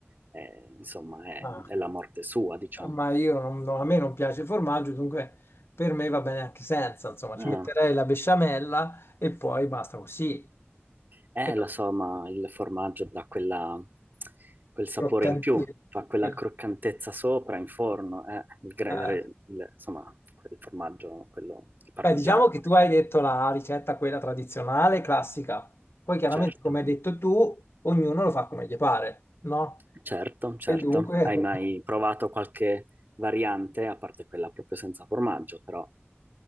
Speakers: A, on the right; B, on the left.
A: eh, insomma, è,
B: ma,
A: è la morte sua, diciamo.
B: ma io non- no, a me non piace il formaggio, dunque per me va bene anche senza. Insomma, ci
A: Ah,
B: metterei la besciamella e poi basta così.
A: Eh,
B: E vabbè,
A: lo so, ma il formaggio dà quella- quel sapore
B: croccantino.
A: in più, fa quella
B: Quello-
A: croccantezza sopra in forno, eh, il gra-
B: eh.
A: il- il- insomma, quel formaggio, quello il parmigiano,
B: Beh, diciamo che tu hai detto la ricetta, quella tradizionale, classica. Poi chiaramente,
A: certo,
B: come hai detto tu, ognuno lo fa come gli pare, no?
A: certo, certo.
B: E dunque
A: Hai
B: <laughs>
A: mai provato qualche variante, a parte quella proprio senza formaggio, però,